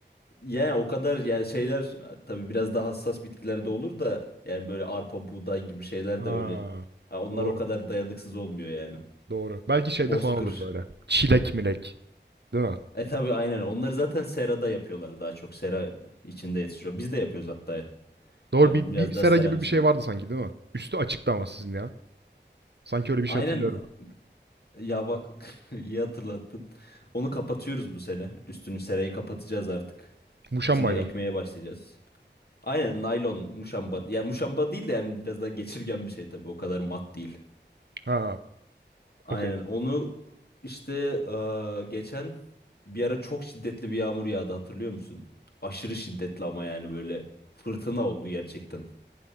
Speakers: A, on the left (about 55°); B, on the right (about 65°).
A: Yani o kadar yani şeyler tabii biraz daha hassas bitkilerde olur da yani böyle arpa, buğday gibi şeyler
B: Ha,
A: de öyle. Ha, Onlar
B: doğru
A: o kadar dayanıksız olmuyor yani.
B: doğru. Belki şeyde
A: Bozkır.
B: falan olur böyle. Çilek milek değil mi?
A: E tabii aynen. Onları zaten serada yapıyorlar daha çok. Sera içinde yetişiyor. Biz de yapıyoruz hatta.
B: Doğru
A: Ya
B: bir,
A: biraz
B: bir sera
A: daha seranın
B: gibi
A: içinde.
B: bir şey vardı sanki değil mi? Üstü açıktı ama sizin ya. Sanki öyle bir
A: Aynen
B: şey hatırlıyorum.
A: ya bak <laughs> iyi hatırlattın. Onu kapatıyoruz bu sene. Üstünü serayı kapatacağız artık.
B: Muşambayla.
A: İçine ekmeye başlayacağız. Aynen naylon muşamba. Ya muşamba değil de yani biraz daha geçirgen bir şey tabii. O kadar mat değil.
B: Ha,
A: Aynen
B: okey.
A: onu işte eee, geçen bir ara çok şiddetli bir yağmur yağdı hatırlıyor musun? Aşırı şiddetli ama yani böyle fırtına oldu gerçekten.